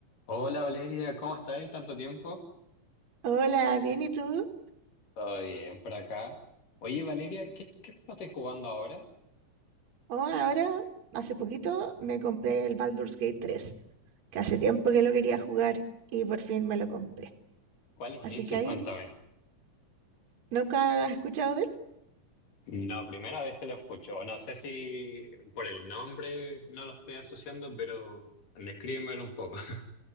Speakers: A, on the left (about 90°); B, on the right (about 60°).
A: Hola Valeria, ¿cómo estáis? ¿Tanto tiempo?
B: Hola, bien, ¿y tú?
A: Todo bien por acá. Oye Valeria, ¿qué, qué juego estás jugando ahora?
B: Oh, ahora, hace poquito me compré el Baldur's Gate 3, que hace tiempo que lo quería jugar y por fin me lo compré.
A: ¿Cuál es
B: Así
A: ese?
B: que ahí,
A: Cuéntame.
B: ¿nunca has escuchado de
A: No, primera vez que lo escucho. No sé si por el nombre no lo estoy asociando, pero descríbemelo un poco. <laughs>